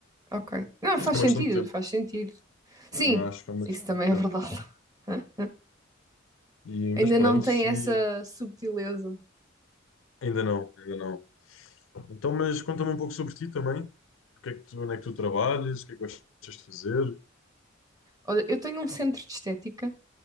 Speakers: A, on the right (about 20°); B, on the left (about 75°).
A: Ok. Não,
B: Mas
A: faz
B: é uma
A: sentido,
B: questão de tempo.
A: faz sentido. Sim,
B: Não, mas acho que é uma
A: isso
B: questão
A: também
B: de tempo.
A: é verdade. <laughs>
B: E,
A: Ainda
B: mas pronto,
A: não tem
B: se
A: essa subtileza.
B: Ainda não, ainda não. Então, mas conta-me um pouco sobre ti também. O que é que tu, onde é que tu trabalhas? O que é que gostas de fazer?
A: Olha, eu tenho um centro de estética,